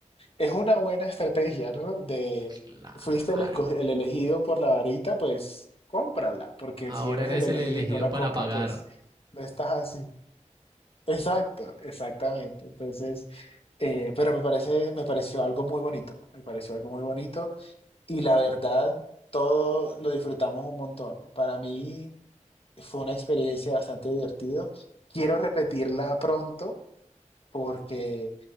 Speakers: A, on the left; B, on the right.
A: es una buena estrategia, ¿no? De,
B: Claro.
A: fuiste el, esco- el elegido por la varita, pues cómprala, porque
B: Ahora
A: si eres
B: eres
A: el elegido
B: el elegido
A: y no la
B: para
A: compras,
B: pagar.
A: pues no estás así. Exacto, exactamente. Entonces, eh, pero me parece, me pareció algo muy bonito, me pareció algo muy bonito y la verdad, todo lo disfrutamos un montón. Para mí fue una experiencia bastante divertida. Quiero repetirla pronto porque